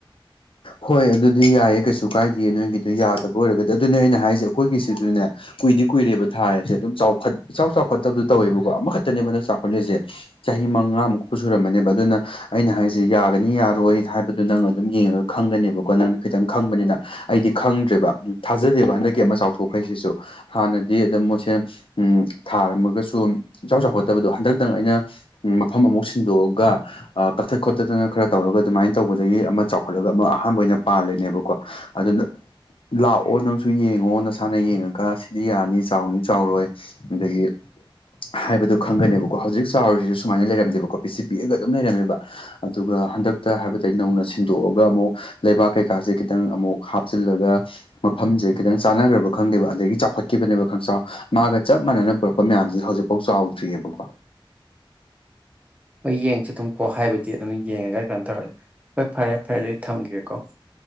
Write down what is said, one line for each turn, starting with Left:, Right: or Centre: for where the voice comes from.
Left: ꯍꯣꯏ ꯑꯗꯨꯗꯤ ꯌꯥꯏꯌꯦ ꯀꯩꯁꯨ ꯀꯥꯏꯗꯦ ꯅꯣꯏꯒꯤꯗꯣ ꯌꯥꯗꯕ ꯑꯣꯏꯔꯒꯗꯤ ꯑꯗꯨꯅꯦ ꯑꯩꯅ ꯍꯥꯏꯁꯦ ꯑꯩꯈꯣꯏꯒꯤꯁꯤꯗꯨꯅꯦ ꯀꯨꯏꯗꯤ ꯀꯨꯏꯔꯦꯕ ꯊꯥꯔꯁꯦ ꯑꯗꯨꯝ ꯆꯥꯎꯈꯠ ꯏꯆ ꯆꯥꯎꯈꯠꯇꯕꯗꯨ ꯇꯧꯋꯦꯕꯀꯣ ꯑꯃꯈꯛꯇꯅꯦꯕ ꯃꯟꯗꯛ ꯆꯥꯎꯈꯠꯂꯤꯁꯦ ꯆꯍꯤ ꯃꯉꯥꯃꯨꯛꯄꯨ ꯁꯨꯔꯃꯅꯦꯕ ꯑꯗꯨꯅ ꯑꯩꯅ ꯍꯥꯏꯔꯤꯁꯦ ꯌꯥꯒꯅꯤ ꯌꯥꯔꯣꯏ ꯍꯥꯏꯕꯗꯣ ꯅꯪ ꯑꯗꯨꯝ ꯌꯦꯡꯉꯒ ꯈꯪꯒꯅꯦꯕꯀꯣ ꯅꯪꯅ ꯈꯤꯇꯪ ꯈꯪꯕꯅꯤꯅ ꯑꯩꯗꯤ ꯈꯪꯗ꯭ꯔꯦꯕ ꯊꯥꯖꯗꯦꯕ ꯍꯟꯗꯛꯀꯤ ꯑꯃ ꯆꯥꯎꯊꯣꯛꯈ ꯍꯥꯏꯁꯤꯁꯨ ꯍꯥꯟꯅꯗꯤ ꯑꯗꯨꯝ ꯃꯣꯏꯁꯦ ꯎ ꯊꯥꯔꯝꯃꯒꯁꯨ ꯏꯆ ꯆꯥꯎꯈꯠꯇꯕꯗꯣ ꯍꯟꯗꯛꯇꯪ ꯑꯩꯅ ꯎ ꯃꯐꯝ ꯑꯃꯨꯛ ꯁꯤꯟꯗꯣꯛꯑꯒ ꯀꯛꯊꯠ ꯈꯣꯠꯇꯠꯇꯅ ꯈꯔ ꯇꯧꯔꯒ ꯑꯗꯨꯃꯥꯏꯅ ꯇꯧꯕꯗꯒꯤ ꯑꯃ ꯆꯥꯎ ꯈꯣꯠꯂꯒ ꯑꯃ ꯑꯍꯥꯟꯕ ꯑꯣꯏꯅ ꯄꯥꯜꯂꯦꯅꯦꯕꯀꯣ ꯑꯗꯨꯅ ꯂꯥꯛꯑꯣ ꯅꯪꯁꯨ ꯌꯦꯡꯉꯣ ꯅꯁꯥꯅ ꯌꯦꯡꯉꯒ ꯁꯤꯗꯤ ꯌꯥꯅꯤ ꯆꯥꯎꯅꯤ ꯆꯥꯎꯔꯣꯏ ꯑꯗꯒꯤ ꯍꯥꯏꯕꯗꯣ ꯈꯪꯒꯅꯦꯕꯀꯣ ꯍꯧꯖꯤꯛ ꯆꯥꯎꯔꯤꯁꯤꯁꯨ ꯁꯨꯃꯥꯏꯅ ꯂꯩꯔꯝꯗꯦꯕꯀꯣ ꯄꯤꯁꯤ ꯄꯤꯛꯒ ꯑꯗꯨꯝꯔꯝꯃꯦꯕ ꯑꯗꯨꯒ ꯍꯟꯗꯛꯇ ꯍꯥꯏꯕ ꯇꯥꯏ ꯅꯧꯅ ꯁꯤꯟ ꯍꯗꯣꯛꯑꯒ ꯑꯃꯨꯛ ꯂꯩꯕꯥꯛ ꯀꯩꯀꯥꯁꯦ ꯈꯤꯇꯪ ꯑꯃꯨꯛ ꯍꯥꯞꯆꯤꯜꯂꯒ ꯃꯐꯝꯁꯦ ꯈꯤꯇꯪ ꯆꯥꯟꯅꯈ꯭ꯔꯕ ꯈꯪꯗꯦꯕ ꯑꯗꯒꯤ ꯆꯥꯎꯈꯠꯈꯤꯕꯅꯦꯕ ꯈꯪꯁꯥ ꯃꯥꯒ ꯆꯞ ꯃꯥꯟꯅꯅ ꯄꯨꯔꯛꯄ ꯃꯌꯥꯝꯁꯤ ꯍꯧꯖꯤꯛꯐꯥꯎ ꯆꯥꯎꯗ꯭ꯔꯤꯑꯕꯀꯣ
Right: ꯍꯣꯏ ꯌꯦꯡꯁꯤ ꯑꯗꯨꯝ ꯀꯣ ꯍꯥꯏꯕꯗꯤ ꯑꯗꯨꯝ ꯌꯦꯡꯉꯒ ꯀꯩꯅꯣ ꯇꯧꯔꯁꯤꯦ ꯍꯣꯏ ꯐꯔꯦ ꯐꯔꯦ ꯑꯗꯨꯗꯤ ꯊꯝꯒꯦꯀꯣ